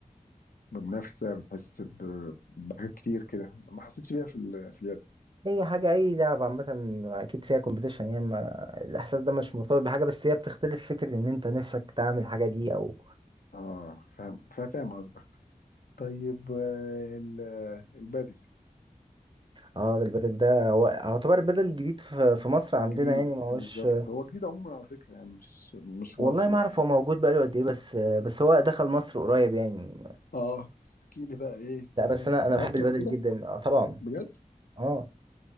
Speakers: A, on the left; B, on the right.
A: بمنافسة بتحس ب- بحاجات كتير كده ما حسيتش بيها في ال... في اليد
B: اي حاجه اي لعبه عامه اكيد فيها كومبيتيشن يعني ما الاحساس ده مش مرتبط بحاجه بس هي بتختلف فكره ان انت نفسك تعمل الحاجه دي او
A: اه فاهم فا- فاهم قصدك طيب آه، ال... البادل
B: اه ده البدل ده هو يعتبر البدل الجديد في في مصر عندنا
A: جديد
B: يعني ما هوش
A: بالظبط هو جديد عموما على فكرة يعني مش مش في
B: والله
A: مصر
B: ما
A: بس
B: اعرف هو موجود بقاله قد ايه بس بس هو دخل مصر قريب يعني
A: اه احكي لي بقى ايه
B: لا بس انا
A: لعبته
B: انا بحب البدل
A: قبل كده
B: جدا آه طبعا
A: بجد
B: اه